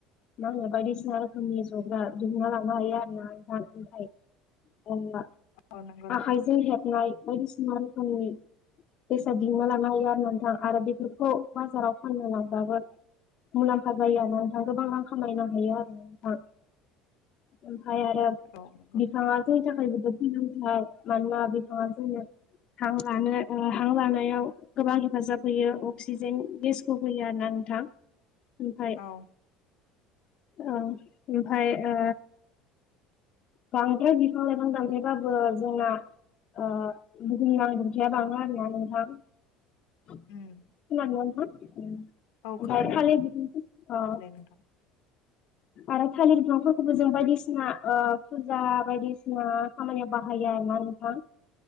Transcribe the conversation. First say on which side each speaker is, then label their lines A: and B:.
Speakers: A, on the left; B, on the left.
A: मा होनो बायदिसिना रोखोमनि जग्रा दिहुनना लानो हायो आरो ना नोंथां ओमफाय बनना
B: औ नंगौ नोंथां
A: आखायजों हेबनाय बायदिसिना रोखोमनि बेसाद दिहुनना लानो हायो आरो ना नोंथां आरो बेफोरखौ बाजाराव फानना लांबाबो मुलाम्फा जायो आरो ना नोंथाङा गोबां रां खामायनो हायो आरो नोंथां। ओमफाय आरो
B: औ नंगौ
A: बिफाङा
B: नोंथां
A: जोंनि थाखाय जोबोद सिजौथार मानोना बिफांआ जोंनो हां लानो ओ हां लानायाव गोबां हेफाजाब होयो अक्सिजेन गेस खौ होयो आरोना नोंथां ओमफाय
B: औ
A: औ ओमफाय ओ बांद्राय बिफां लाइफां दानफायबाबो जोंना ओ बुहुम नां दुंथाया बाङो आरोना नोंथां। खोनादोंना
B: उम
A: नोंथां?
B: औ
A: अ ओमफाय
B: खोनादों
A: थालिर <unintelligible> अ
B: दे नोंथां
A: आरो थालिर बिफांफोरखौबो जों बायदिसिना ओ फुजा बायदिसिना खामानियाव बाहायो आरो ना नोंथां।